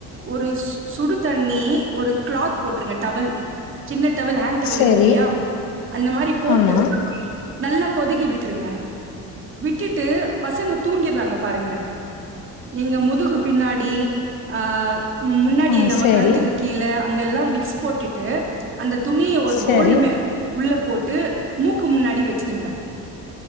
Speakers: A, on the right; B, on the left.
A: ஒரு ஸ் சுடு தண்ணி ஒரு கிளாத் போட்ருங்க டவல் சின்ன டவல் ஹேண்ட் டவல்
B: சரி,
A: இருக்குல்லியா அந்த மாரி போட்டு
B: ஆமா.
A: நல்லா கொதிக்கி விட்டுருங்க விட்டுட்டு பசங்க தூங்கிறாங்க பாருங்க நீங்க முதுகு பின்னாடி ஆ மு முன்னாடி
B: ஆ
A: நமக்
B: சரி.
A: கழுத்துக்கு கீழ அங்கல்லா விக்ஸ் போட்டுட்டு அந்த துணிய ஒரு
B: சரி,
A: பௌல் மே உள்ள போட்டு மூக்கு முன்னாடி வச்சிருங்க